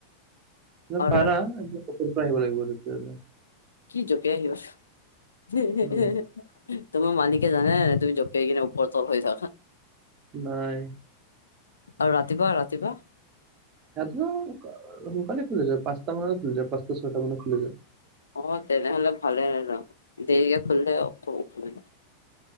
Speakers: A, on the right; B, on the left.
A: মানে
B: আৰু
A: পাৰা <unintelligible> আহিব লাগিব তেতিয়া হ'লে
B: কি যোগে আহিব <unintelligible>
A: অ
B: তোমাৰ মালিকে জানে তুমি জপ পাই কিনে ওপৰ তল হৈ থাকা।
A: নাই।
B: আৰু ৰাতিপুৱা ৰাতিপুৱা
A: এট নৌ কা সোনকালে খুলে গৈ পাঁচটা মানত খুলি যায় পাঁচটা ছয়টা মানত খুলি যায়।
B: অ তেনেহ'লে ভালে তেন দেৰিকে খুলথৈয় খ অসুবিধা